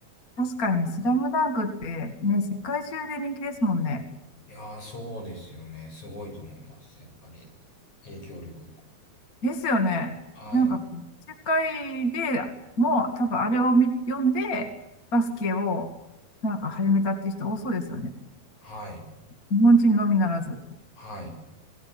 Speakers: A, on the left; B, on the left.
A: 確かにスラムダンクってね、世界中で人気ですもんね。
B: いやー、そうですよね。すごいと思います。やっぱり、影響力が。
A: ですよね。
B: はい、
A: なんか世界でもう多分あれを見読んで、バスケをなんか始めたって人多そうですよね。
B: はい、
A: 日本人のみならず。
B: はい。